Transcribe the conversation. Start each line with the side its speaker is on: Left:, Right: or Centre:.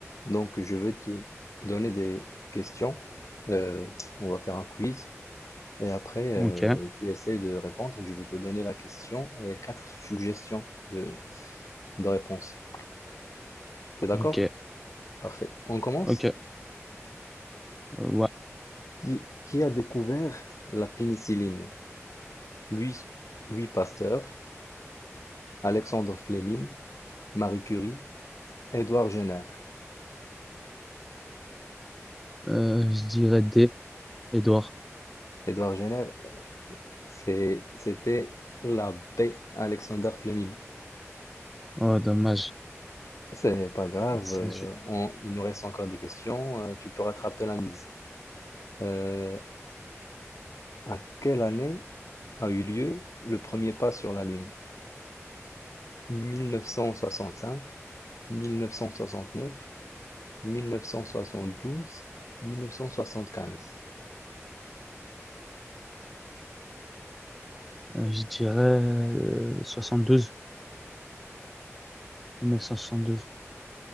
Left: Donc, je vais te donner des questions. Euh, on va faire un quiz. Et après, euh,
Centre: Ok,
Left: tu essayes de répondre. Je vais te donner la question et quatre suggestions de, de réponse. T'es d'accord?
Centre: ok,
Left: Parfait. On commence.
Centre: ok. euh, ouais.
Left: Qui, qui a découvert la pénicilline? Louis, Louis Pasteur, Alexandre Fleming, Marie Curie, Édouard Jenner.
Centre: Euh, je dirais D, Edouard.
Left: Édouard Jenner, c'est, c'était l'abbé Alexander Fleming.
Centre: Oh, dommage.
Left: C'est pas grave,
Centre: Ça,
Left: euh,
Centre: je,
Left: on- il nous reste encore des questions, euh, tu peux rattraper la mise. Euh, à quelle année a eu lieu le premier pas sur la Lune? 1965, 1969, 1972, 1975.
Centre: euh, je dirais euh, 72, 1972.